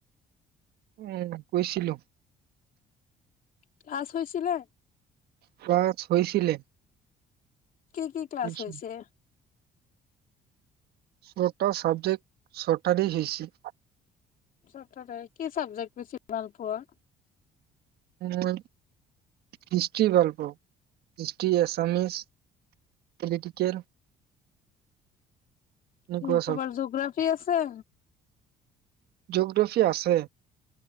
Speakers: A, on the right (about 70°); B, on the left (about 55°).
A: উম কৈছিলো।
B: ক্লাছ হৈছিলে?
A: ক্লাছ হৈছিলে।
B: কি কি ক্লাছ
A: হৈছিল।
B: হৈছে?
A: ছটটা চাবজেক্ট। তঠতেই <unintelligible> হৈছিল
B: চ কি চাবজেক্ট বেছি ভাল পোৱা
A: মই হিষ্ট্ৰী ভাল পাওঁ হিষ্ট্ৰী এছামিছ পলিটিকেল এনেকুৱা
B: উ তোমাৰ জিঅগ্ৰাফি আছে
A: জীঅ'গ্ৰাফী আছে